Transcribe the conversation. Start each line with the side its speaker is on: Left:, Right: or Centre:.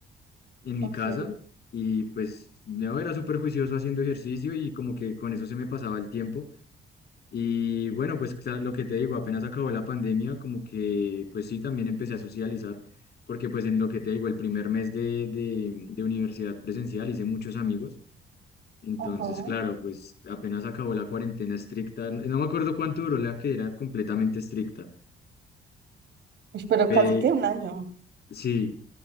Left: en mi
Right: Ok.
Left: casa y pues no era súper juicioso haciendo ejercicio y como que con eso se me pasaba el tiempo. Y bueno, pues cla- lo que te digo, apenas acabó la pandemia, como que pues sí, también empecé a socializar, porque pues en lo que te digo, el primer mes de, de, de universidad presencial hice muchos amigos, entonces
Right: Ajá.
Left: claro, pues apenas acabó la cuarentena estricta, n- no me acuerdo cuánto duró la que era completamente estricta,
Right: Uy, Pero
Left: pe-
Right: casi que un año.
Left: sí,